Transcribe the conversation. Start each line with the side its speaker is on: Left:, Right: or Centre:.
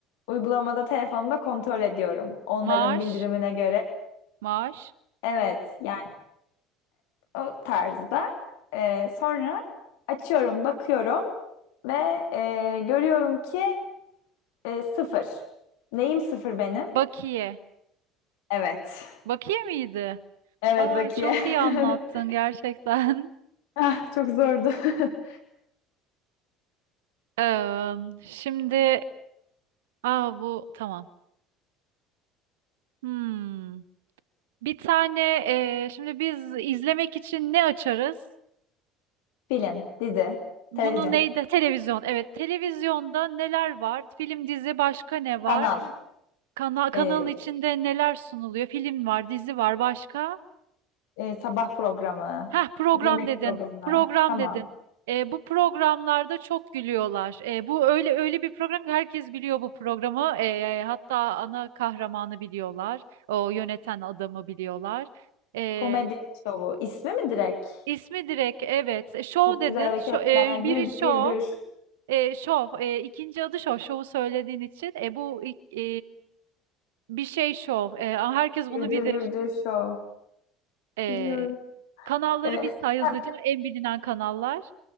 Left: uygulamada telefonumda kontrol ediyorum. Onların
Right: Maaş,
Left: bildirimine göre.
Right: maaş,
Left: Evet, yani o tarzda. Ee, sonra açıyorum, bakıyorum ve ee, görüyorum ki ee, sıfır. Neyim sıfır benim?
Right: bakiye.
Left: Evet.
Right: Bakiye miydi?
Left: Evet
Right: Aa,
Left: bakiye.
Right: çok iyi
Left: <laughs>
Right: anlattın gerçekten.
Left: Ah, çok zordu. <laughs>
Right: <laughs> Ee, şimdi aa, bu tamam. Hmm. Bir tane ee, şimdi biz izlemek için ne açarız?
Left: Film, dizi,
Right: Bunu
Left: televizyon,
Right: neydi? Televizyon. Evet, televizyonda neler var? Film, dizi, başka ne var?
Left: kanal,
Right: Kana kanalın
Left: e,
Right: içinde neler sunuluyor? Film var, dizi var, başka?
Left: e, sabah programı,
Right: Heh, program
Left: yemek
Right: dedin.
Left: programı.
Right: Program
Left: Tamam.
Right: dedin. E, bu programlarda çok gülüyorlar. E, bu öyle öyle bir program ki herkes biliyor bu programı. E, hatta ana kahramanı biliyorlar. O yöneten adamı biliyorlar. E,
Left: Komedi şovu. İsmi mi direkt?
Right: ismi direkt evet. E, Show
Left: Çok
Right: dedin.
Left: güzel hareketler.
Right: Şo- e,
Left: Güldür
Right: biri show.
Left: güldür.
Right: E, şov, e, ikinci adı şov, şovu söylediğin için. E, bu ilk- e, bir şey şov. E, herkes
Left: Güldür
Right: bunu bilir.
Left: güldür şov.
Right: E,
Left: Bilmiyorum.
Right: kanalları
Left: E,
Right: bir say
Left: ha,
Right: hızlıca. En bilinen kanallar.